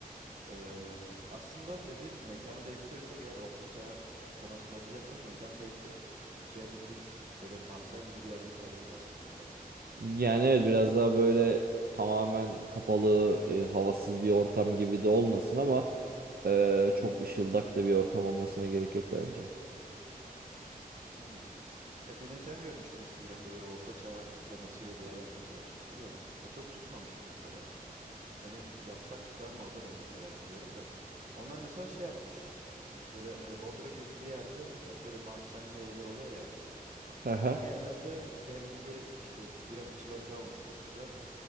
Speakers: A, on the right; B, on the right.
A: Eee, aslında dediğin gibi mekanı değiştirirsek eğer ortaçağ temasında yapacaksak mekanı değiştirip şey yapabiliriz. Böyle mahzen gibi bir yerde kurabiliriz aslında barı.
B: Yani evet biraz daha böyle tamamen kapalı, e, havasız bir ortam gibi de olmasın ama e, çok ışıldak da bir ortam olmasına gerek yok bence.
A: Hmm. Ya bir mekan görmüştüm Instagram'da böyle ortaçağ temasıyla bir yer yapmaya çalışmıştı da. O çok tutmamıştı mesela. Hani yapsak tutar mı o da mer- merak ediyorum da. Onlar mesela şey yapmış. Böyle e, Bodrum gibi bir yerde hani böyle mahzenli evler oluyor ya.
B: <laughs>
A: Onun gibi yerlerde dev gibi işte bira fıçıları falan oluşturmuşlar.